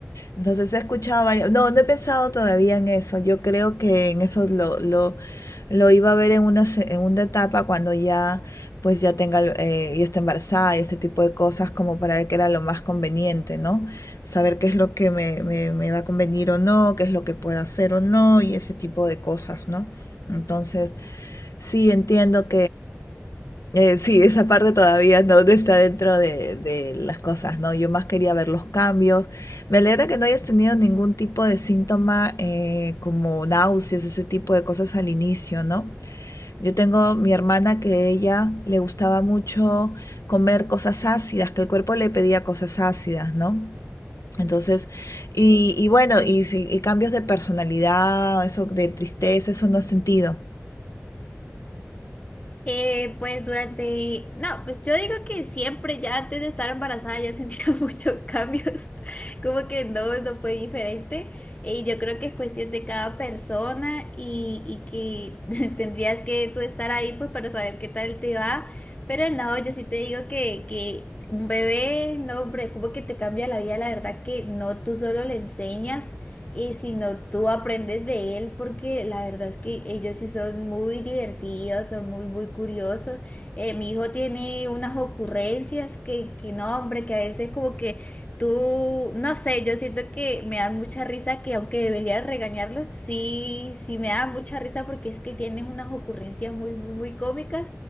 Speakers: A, on the left (about 90°); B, on the left (about 30°).
A: Entonces he escuchado varias, no, no he pensado todavía en eso. Yo creo que en eso lo, lo, lo iba a ver en una, se- en una etapa cuando ya, pues ya tenga, el- eh, ya esté embarazada y este tipo de cosas como para ver qué era lo más conveniente, ¿no? Saber qué es lo que me, me, me va a convenir o no, qué es lo que puedo hacer o no y ese tipo de cosas, ¿no? Entonces, sí, entiendo eh, sí, esa parte todavía no no está dentro de, de las cosas, ¿no? Yo más quería ver los cambios. Me alegra que no hayas tenido ningún tipo de síntoma eh, como náuseas, ese tipo de cosas al inicio, ¿no? Yo tengo mi hermana que ella le gustaba mucho comer cosas ácidas, que el cuerpo le pedía cosas ácidas, ¿no? Entonces, y, y bueno, y, si- y cambios de personalidad, eso de tristeza, eso no has sentido.
B: Eh, pues durante, no, pues yo digo que siempre, ya antes de estar embarazada, ya sentía <laughs> muchos cambios, como que no, no fue diferente. Y yo creo que es cuestión de cada persona y, y que <laughs> tendrías que tú estar ahí pues para saber qué tal te va. Pero no, yo sí te digo que, que un bebé, no, hombre, como que te cambia la vida, la verdad que no, tú solo le enseñas. Y si no, tú aprendes de él porque la verdad es que ellos sí son muy divertidos, son muy, muy curiosos. Eh, mi hijo tiene unas ocurrencias que, que no, hombre, que a veces como que tú, no sé, yo siento que me dan mucha risa que aunque debería regañarlos, sí, sí me dan mucha risa porque es que tienen unas ocurrencias muy, muy, muy cómicas.